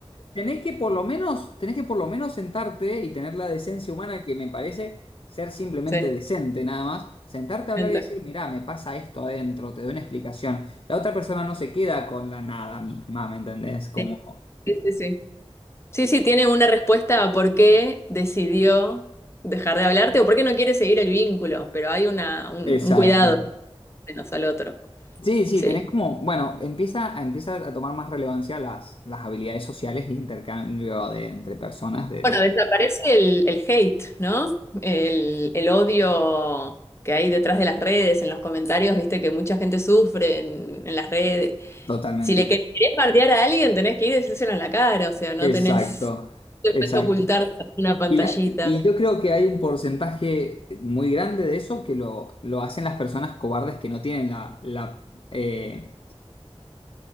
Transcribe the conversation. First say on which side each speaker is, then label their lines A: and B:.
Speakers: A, on the left; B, on the left.
A: tenés que por lo menos, tenés que por lo menos sentarte y tener la decencia humana que me parece ser simplemente
B: Sí,
A: decente, nada más. Sentarte a hablar
B: entiendo.
A: y decir, mirá, me pasa esto adentro, te doy una explicación. La otra persona no se queda con la nada misma, ¿me entendés? Como.
B: Sí, sí, sí. Sí, sí, sí, tiene una respuesta a por qué decidió dejar de hablarte o por qué no quiere seguir el vínculo, pero hay una, un,
A: Exacto.
B: un cuidado menos al otro.
A: Sí, sí,
B: Sí.
A: tenés como, bueno, empieza a, empieza a tomar más relevancia las, las habilidades sociales e intercambio de, entre personas de,
B: Bueno,
A: de-
B: desaparece el, el hate, ¿no? El, el odio que hay detrás de las redes, en los comentarios, viste que mucha gente sufre en, en las redes,
A: totalmente.
B: Si le querés bardear a alguien, tenés que ir y decírselo en la cara, o sea, no
A: Exacto,
B: tenés, no
A: exacto.
B: te puedes ocultar tras una pantallita.
A: Y, la, y yo creo que hay un porcentaje muy grande de eso que lo, lo hacen las personas cobardes que no tienen la, la, eh,